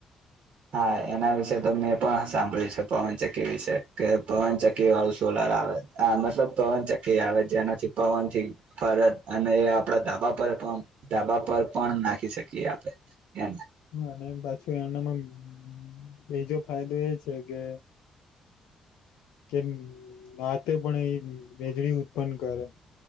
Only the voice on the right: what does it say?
હા એના વિશે તો મેં પણ સાંભળ્યું છે પવનચક્કી વિશે કે પવનચકી વાળું સોલર આવે આ મતલબ પવનચકી આવે જેનાથી પવન થી પરત અને એ આપડા ધાબા પર ધાબા પર પણ નાખી શકીએ આપે એને